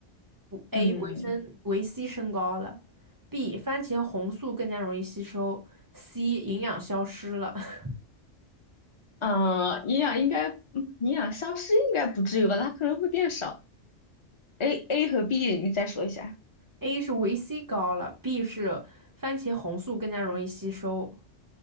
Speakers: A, on the left (about 35°); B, on the right (about 20°).
A: 嗯，
B: ？A. 维生维 C 升高了，B. 番茄红素更加容易吸收，C. 营养消失了。<laughs>
A: 呃，营养应该嗯营养消失应该不至于吧？它可能会变少。A A 和 B 你再说一下。
B: A 是维 C 高了，B 是番茄红素更加容易吸收。